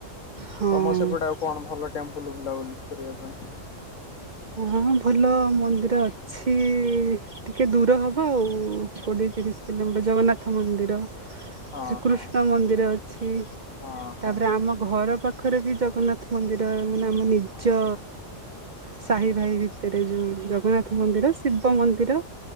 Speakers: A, on the right (about 50°); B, on the left (about 80°).
A: ହଁ
B: ତମର ସେପଟେ ଆଉ କଣ ଭଲ ଟେମ୍ପଲ ବୁଲାବୁଲି କରିବା ପାଇଁ?
A: ହଁ ଭଲ ମନ୍ଦିର ଅଛି ଟିକେ ଦୂର ହବ ଆଉ
B: ହଁ
A: କୋଡିଏ ତିରିଶ କିଲୋମିଟର ଜଗନ୍ନାଥ ମନ୍ଦିର।
B: ହଁ
A: ଶ୍ରୀକୃଷ୍ଣ
B: ହଁ
A: ମନ୍ଦିର ଅଛି
B: ହଁ ହଁ
A: ତାପରେ ଆମ ଘର ପାଖ ପାଖରେ ବି ଜଗନ୍ନାଥ ମନ୍ଦିର ମାନେ ଆମ ନିଜ
B: ହଁ ହଁ।
A: ସାହି ଭାଇ
B: ହଁ।
A: ଭିତରେ ଯୋଉ ଜଗନ୍ନାଥ
B: ହୁଁ
A: ମନ୍ଦିର ଶିବ ମନ୍ଦିର